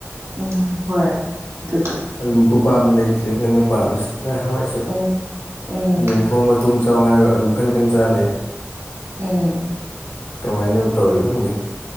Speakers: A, on the right; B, on the left.
A: ꯎꯝ ꯍꯣꯏ ꯑꯗꯨ
B: ꯑꯂꯨ ꯈꯨꯄꯥꯝꯗꯤ ꯂꯩꯇ꯭ꯔꯦ ꯅꯪꯅ ꯄꯥꯝꯃꯤꯁꯦ ꯉꯥꯏ ꯍꯋꯥꯏꯁꯨ
A: ꯎꯝ ꯎꯝ
B: ꯌꯦꯟ ꯊꯣꯡꯕ ꯇꯨꯝ ꯆꯥꯎ ꯍꯔꯒ ꯑꯂꯨ ꯈꯟ ꯈꯟ ꯆꯥꯂꯦ
A: ꯎꯝ
B: ꯀꯃꯥꯏꯅ ꯇꯧꯔꯤꯅꯣ ꯈꯪꯗꯦ